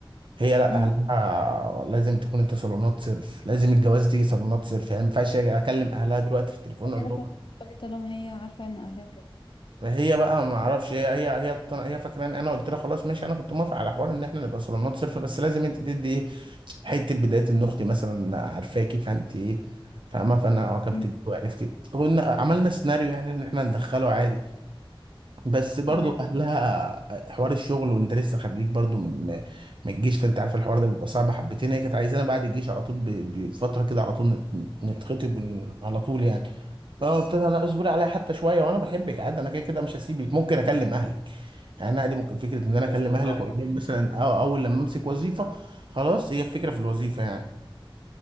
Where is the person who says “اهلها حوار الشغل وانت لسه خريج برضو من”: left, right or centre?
Right